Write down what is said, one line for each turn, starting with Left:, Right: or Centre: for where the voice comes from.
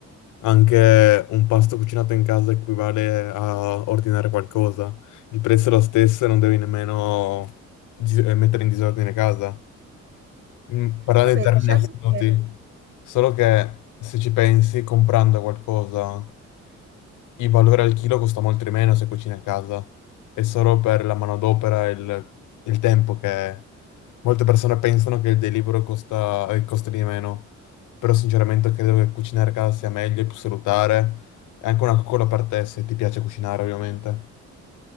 Left: Anche un pasto cucinato in casa equivale a ordinare qualcosa. Il prezzo è lo stesso e non devi nemmeno dis- eh, mettere in disordine casa. Mm, Parlando
Right: E
Left: in
Right: beh,
Left: termini
Right: diciamo
Left: assoluti,
Right: che
Left: solo che se ci pensi, comprando qualcosa. Il valore al chilo costa molto di meno se cucini a casa. È solo per la manodopera e il, il tempo che molte persone pensano che il delivery costa, eh, costi di meno. Però sinceramente credo che cucinare a casa sia meglio, è più salutare. È anche una coccola per te se ti piace cucinare, ovviamente.